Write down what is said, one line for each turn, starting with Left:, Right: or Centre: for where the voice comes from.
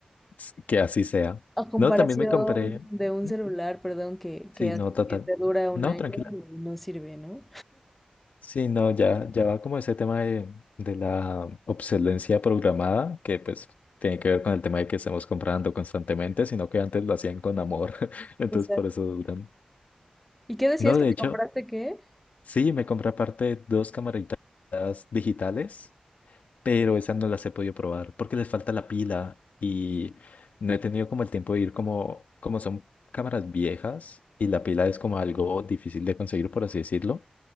Left: s- que así sea.
Centre: A comparación
Left: No, también me compré.
Centre: de un
Left: ¿Mm?
Centre: celular, perdón, que,
Left: Sí,
Centre: que, hace
Left: no, total.
Centre: que te dura un
Left: No,
Centre: año
Left: tranquila.
Centre: y no sirve, ¿no?
Left: Sí, no, ya, ya va como ese tema de, de la obsolescencia programada, que pues tiene que ver con el tema de que estemos comprando constantemente, sino que antes lo hacían con amor, <laughs> entonces
Centre: Exacto.
Left: por eso duran.
Centre: ¿Y qué decías
Left: No,
Centre: que
Left: de
Centre: te
Left: hecho,
Centre: compraste qué?
Left: sí, me compré aparte dos camaritas digitales, pero esas no las he podido probar porque les falta la pila y no he tenido como el tiempo de ir como, como son cámaras viejas y la pila es como algo difícil de conseguir, por así decirlo.